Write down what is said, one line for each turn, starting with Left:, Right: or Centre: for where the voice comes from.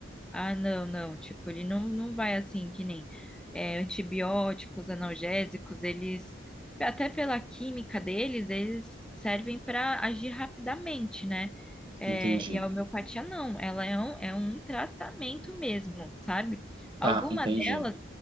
Centre: Ah, não, não, tipo, ele não, não vai assim, que nem é, antibióticos, analgésicos, eles, até pela química deles, eles servem para agir rapidamente, né? É,
Right: Entendi.
Centre: e a homeopatia não, ela é um, é um tratamento mesmo, sabe? Alguma
Right: Tá, entendi.
Centre: delas,